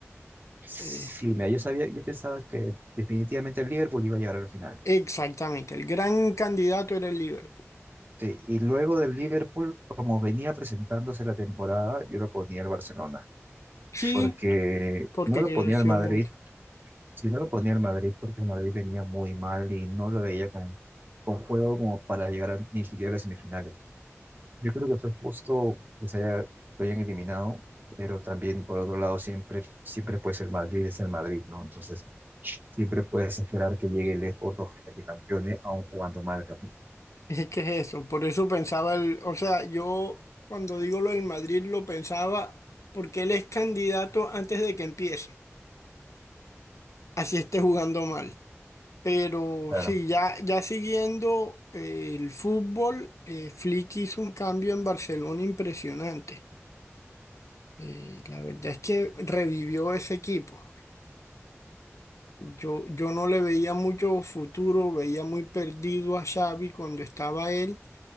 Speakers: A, on the right (about 40°); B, on the left (about 85°).
A: Sí,
B: Eh,
A: mira, yo sabía, yo pensaba que definitivamente el Liverpool iba a llegar a la final.
B: Exactamente, el gran candidato era el Liverpool.
A: Sí, y luego del Liverpool, como venía presentándose la temporada, yo lo ponía al Barcelona,
B: Sí,
A: porque
B: porque
A: no lo
B: creció
A: ponía al Madrid,
B: mucho. <laughs>
A: si no lo ponía al Madrid, porque el Madrid venía muy mal y no lo veía con, con juego como para llegar a- ni siquiera a las semifinales. Yo creo que fue justo que se haya- lo hayan eliminado, pero también por otro lado siempre, siempre puede ser Madrid, es el Madrid, ¿no? Entonces siempre puedes esperar que llegue lejos o hasta que campeone aún jugando mal. ¿no?
B: Es que es eso, por eso pensaba el, o sea, yo cuando digo lo del Madrid lo pensaba porque él es candidato antes de que empiece, así esté jugando mal. Pero
A: Claro.
B: sí, ya, ya siguiendo eh, el fútbol, eh, Flick hizo un cambio en Barcelona impresionante. Eh, la verdad es que revivió ese equipo. Yo, yo no le veía mucho futuro, veía muy perdido a Xavi cuando estaba él